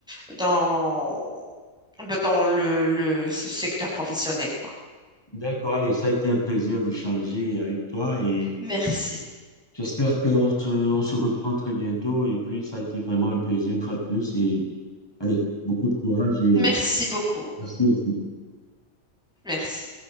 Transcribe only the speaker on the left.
D'accord, allez, ça a été un plaisir d'échanger avec toi et
j'espère qu'on te- on se reprend très bientôt. Et puis, ça a été vraiment un plaisir une fois de plus. Et allez, beaucoup de courage et.
Merci aussi.